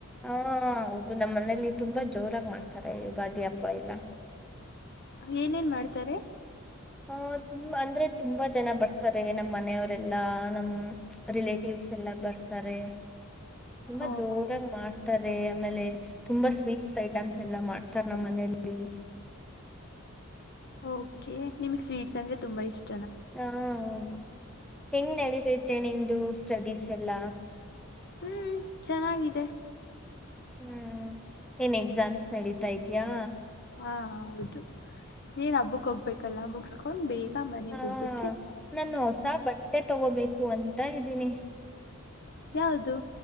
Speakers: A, in the centre; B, on the left.
A: ಹಾ ಹೌದು ನಮ್ಮ ಮನೇಲಿ ತುಂಬಾ ಜೋರಾಗಿ ಮಾಡ್ತಾರೆ ಯುಗಾದಿ ಹಬ್ಬ ಇಲ್ಲ
B: ಏನೇನ್ ಮಾಡ್ತಾರೆ
A: ಹ ತುಂಬಾ ಅಂದ್ರೆ ತುಂಬಾ ಜನ ಬರ್ತಾರೆ ನಮ್ಮ್ ಮನೆಯವರೆ ಲಾನಂ ರಿಲೇಟಿವ್ಸ್ ಎಲ್ಲ ಬರ್ತಾರೆ ತುಂಬಾ
B: ಓ
A: ಜೋರಾಗಿ
B: ಹೋ
A: ಮಾಡ್ತಾರೆ ಆಮೇಲೆ ತುಂಬಾ ಸ್ವೀಟ್ಸ್ ಐಟಮ್ಸ್ ಎಲ್ಲ ಮಾಡ್ತಾರೆ ನಮ್ಮ್ ಮನೆಯಲ್ಲಿ
B: ಓಕೆ ನಿಮ್ಗ್ ಸ್ವೀಟ್ಸ್ ಅಂದ್ರೆ ತುಂಬಾ ಇಷ್ಟ
A: ಹಾ ಹೌದು ಹೆಂಗ್ ನಡತಿದ್ದೆ ನಿಮ್ದು ಸ್ಟಡೀಸ್ ಎಲ್ಲ
B: ಹ್ಮ್ ಚೆನ್ನಾಗಿದೆ
A: ಹ್ಮ್ ಏನ್ ಎಕ್ಸಾಮ್ಸ್ ನಡೀತಾ ಇದ ಯಾ
B: ಹಾ ಹೌದು ನೀನ್ ಹಬ್ಬಕ್ ಹೋಗ್ಬೇಕಲ್ಲ ಮುಗಸ್ಕೊಂಡ್ ಬೇಗ ಮನೆಗ್
A: ಹಾ
B: ಹೋಗ್ಬಿಟ್ರೆ ಸಾಕ
A: ನಾನು ಹೊಸ ಬಟ್ಟೆ ತಗೋಬೇಕು ಅಂತ ಇದ್ದೀನಿ
B: ಯಾವದು